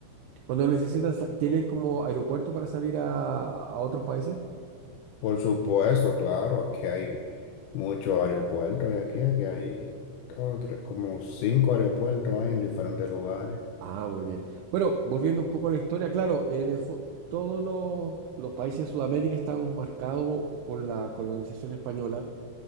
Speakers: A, on the right; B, on the left.
A: Cuando necesitan, sa- ¿tienen como aeropuerto para salir a, a otros países?
B: Por supuesto, claro, aquí hay muchos aeropuertos y aquí, aquí hay dos, tres, como cinco aeropuertos hay en diferentes lugares.
A: Ah, muy bien. Bueno, volviendo un poco a la historia, claro, en el, fo- todos los, los países de Sudamérica estamos marcados con la colonización española.